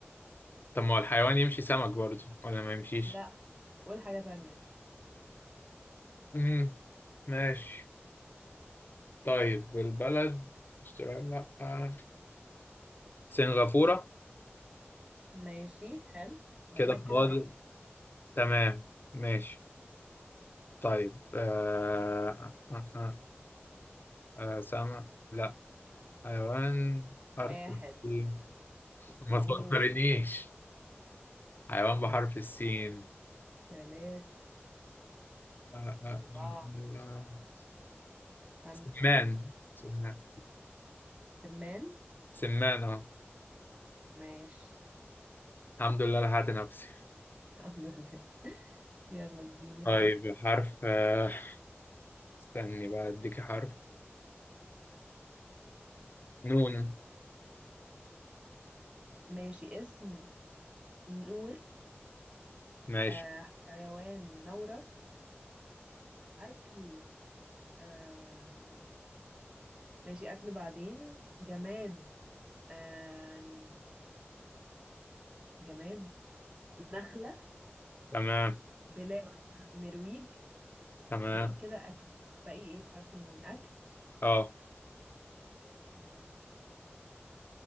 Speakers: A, on the left; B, on the right.
A: طب ما هو الحيوان يمشي سمك برضه ولا ما يمشيش
B: لا قول حاجة تانية
A: مم. ماشي طيب البلد استراليا لأ سنغافورة
B: ماشي حلو باقي
A: كده
B: لك كده
A: فاضل
B: حيوان
A: تمام ماشي طيب آه... آه... آه... آه... آه، سمك لا حيوان حرف
B: واحد
A: السين
B: اتنين
A: ما تفكرنيش حيوان بحرف السين
B: تلاتة
A: آه... آه...
B: أربعة
A: آه... آه. آه.
B: خمسة
A: سمان سمان
B: سمان
A: سمان اه
B: ماشي
A: الحمد لله لحقت نفسي
B: <laughs> الحمد لله يلا اديني
A: طيب
B: حرف
A: حرف آه، استني بقى اديك حرف نون
B: ماشي اسم نور
A: ماشي
B: آه حيوان نورس أكل آه ماشي أكل بعدين جماد آه جماد نخلة
A: تمام
B: بلاد نرويج
A: تمام
B: باقي كده أكل باقي إيه بحرف النون أكل
A: اه
B: مم،